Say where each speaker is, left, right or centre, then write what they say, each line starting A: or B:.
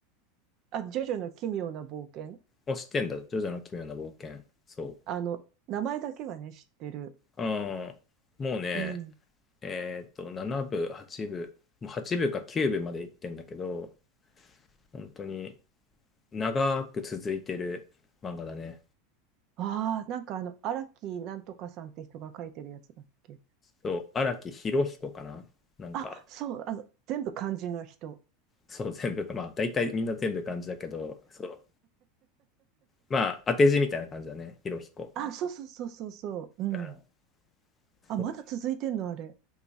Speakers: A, on the right (about 50°); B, on the left (about 25°).
A: あ、ジョジョの奇妙な冒険。
B: もう知ってんだ。ジョジョの奇妙な冒険。そ
A: あの、名前だけはね、知ってる。
B: う。うん。もうね、
A: うん。
B: えっと、7部、8部、もう8部か9部まで行ってんだけど、本当に長く続いてる漫画だね。
A: ああ、なんかあの、荒木なんとかさんって人が書いてるやつだっけ。
B: そう、荒木博彦かななんか、
A: あ、そう、あの、全部漢字の人。
B: そう、全部、まあ、大体みんな全部漢字だけど、そう、まあ、当て字みたいな感じだね、博彦。
A: あ、そうそうそうそうそう。うん。
B: うん
A: あ、
B: そう
A: まだ続いてんの、あれ。